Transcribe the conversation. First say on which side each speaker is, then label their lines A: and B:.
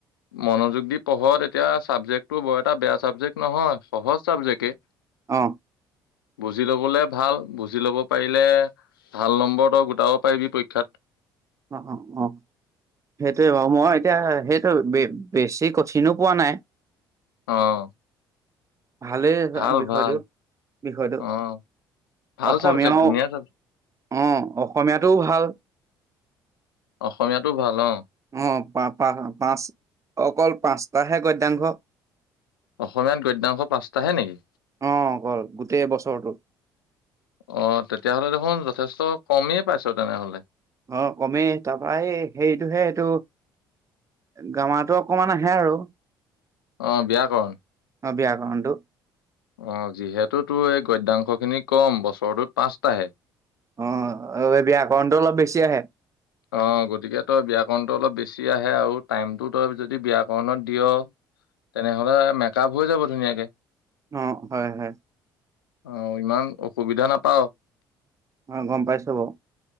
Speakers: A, on the left; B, on the right.
A: মনযোগ দি পঢ় তেতিয়া চাবজেক্টটো বৰ এটা বেয়া চাবজেক্ট নহয় সহজ চাবজেক্টেই
B: অহ
A: বুজি লবলে ভাল বুজি ল'ব পাৰিলে ভাল নম্বৰ তই গোটাব পাৰিবি পৰীক্ষাত
B: অ অ অ সেইটোৱে বাৰু মই এতিয়া সেইটো বে বেছি কঠিনো পোৱা নাই
A: অ
B: ভালেই
A: ভাল
B: বিষয়টো
A: ভাল
B: বিষয়টো
A: অ ভাল
B: অসমীয়াও
A: চাবজেক্ট ধুনীয়া চাবজেক্ট
B: অ অসমীয়াটোও ভাল
A: অসমীয়াটো ভাল অ
B: অ অ পা পা পাঁচ অকল পাঁচটাহে গদ্যাংশ
A: অসমীয়াত গদ্যাংশ পাচটাহে নেকি?
B: অঁ, অকল গোটেই বছৰটো।
A: অঁ, তেতিয়াহ'লে দেখোন যথেষ্ট কমেই পাইছ তেনেহলে।
B: অঁ, কমেই। তাপা এই হেৰিটোহে এইটো। গ্ৰামাৰটো অকমান আহে আৰু।
A: অঁ, ব্যাকৰণ।
B: অঁ, ব্যাকৰণটো।
A: অঁ, যিহেতু তোৰ এই গদ্যাংশ খিনি কম, বছৰটোত পাঁচটাহে।
B: অঁ, এই ব্যাকৰণটো অলপ বেছি আহে।
A: অঁ, গতিকে তই ব্যাকৰণটো অলপ বেছি আহে আৰু টাইমটো তই যদি ব্যাকৰণত বেছি দিয়- তেনেহ'লে মেকআপ হৈ যাব ধুনীয়াকে।
B: অঁ, হয় -হয়।
A: অঁ, ইমান অসুবিধা নাপাওঁ।
B: অঁ, গম পাইছো বাওঁ।